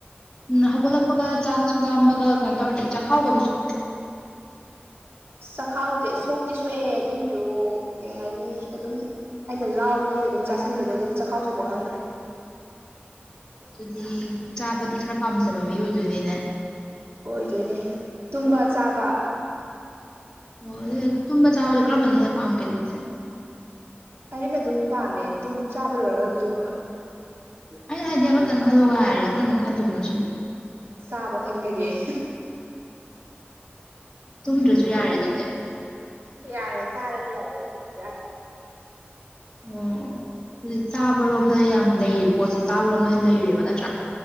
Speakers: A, on the left; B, on the right.
A: ꯎꯝ ꯍꯧꯒꯠꯂꯛꯄꯒ ꯆꯥꯛꯁꯨ ꯂꯥꯝꯃꯒ ꯀꯩꯅꯣ ꯇꯧꯔꯗꯤ ꯆꯥꯛꯈꯥꯎꯒꯗꯣ ꯁꯣꯛꯇ꯭ꯔꯣ꯫
B: ꯆꯥꯛꯈꯥꯎꯖꯦ ꯁꯣꯛꯇꯤ ꯁꯣꯛꯑꯦ ꯑꯗꯨꯏꯁꯨ ꯀꯩ ꯍꯥꯏꯅꯤ ꯑꯗꯨꯝ꯫ ꯑꯩꯅ ꯂꯥꯎꯕꯅꯤꯅ ꯑꯗꯨꯝ ꯆꯥꯁꯟꯕꯗ ꯑꯗꯨꯝ ꯆꯥꯛꯈꯥꯎ ꯁꯣꯛꯄ ꯈꯪꯗ꯭ꯔꯦ꯫
A: ꯑꯗꯨꯗꯤ ꯆꯥꯕꯗꯤ ꯈꯔ ꯄꯥꯝꯖꯕ ꯃꯤ ꯑꯣꯏꯗꯣꯏꯅꯤꯅꯦ꯫
B: ꯑꯣꯏꯗꯣꯏꯅꯦ ꯇꯨꯝꯕ ꯆꯥꯕ꯫
A: ꯑꯣ ꯑꯗꯨ ꯇꯨꯝꯕ ꯆꯥꯕꯖꯦ ꯀꯔꯝꯕꯅ ꯍꯦꯟꯅ ꯄꯥꯝꯒꯦ ꯑꯗꯨꯗꯤ꯫
B: ꯑꯔꯤꯃꯛ ꯑꯗꯨꯝ ꯄꯥꯝꯃꯦ ꯆꯥꯕ ꯂꯣꯏꯔꯒ ꯑꯗꯨꯝ ꯇꯨꯝꯕ꯫
A: ꯑꯩꯅ ꯍꯥꯏꯗꯤ ꯑꯃꯇꯪ ꯈꯜꯂꯣꯒ ꯍꯥꯏꯔꯗꯝ ꯀꯔꯝꯕ ꯈꯟꯗꯣꯏꯅꯣ ꯁꯤꯅꯤ꯫
B: ꯆꯥꯕ ꯈꯟꯒꯅꯤ ꯑꯩ
A: ꯇꯨꯝꯗ꯭ꯔꯁꯨ ꯌꯥꯔꯦ ꯑꯗꯨꯗꯤ꯫
B: ꯌꯥꯔꯦ ꯆꯥꯔꯗꯤ ꯌꯥꯔꯦ ꯇꯨꯝꯗ꯭ꯔꯖꯨ ꯌꯥꯔꯦ꯫
A: ꯑꯣ ꯍꯧꯖꯤꯛ ꯆꯥꯕꯔꯣꯝꯗ ꯌꯥꯝ ꯂꯩꯌꯦꯕ ꯄꯣꯠꯁꯦ ꯆꯥꯕꯔꯣꯝꯗ ꯑꯣꯏꯅ ꯂꯩꯔꯦꯕ ꯅꯠꯇ꯭ꯔꯥ꯫